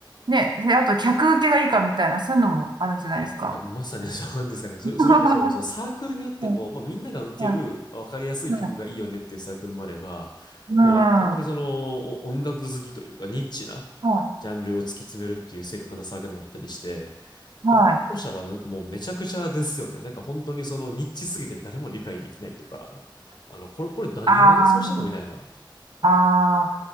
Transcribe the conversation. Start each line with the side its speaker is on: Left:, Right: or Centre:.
Right: ね、で、あと客受けがいいかみたいな、そういうのもあるじゃないですか。
Left: いや、まさにそうなんですかね。
Right: <laughs>
Left: それ、
Right: は
Left: それこそ、そのサークルによっても、
Right: い、
Left: まあ、みんなが受ける、
Right: は
Left: わかりやすい曲がいいよねっていうサークルもあれば、
Right: い、はい、うん、
Left: もうなんか本当にその、
Right: は
Left: お音楽好きというか、ニッチな
Right: い、
Left: ジャンルを突き詰めるっていう正確なサークルもあったりして、
Right: はい。
Left: やっぱ後者はなんかもうめちゃくちゃですよね。なんか本当にそのニッチすぎて誰も理解できないとか、あの、これ、これ何を演奏したのみたいな。
Right: ああ、ああ、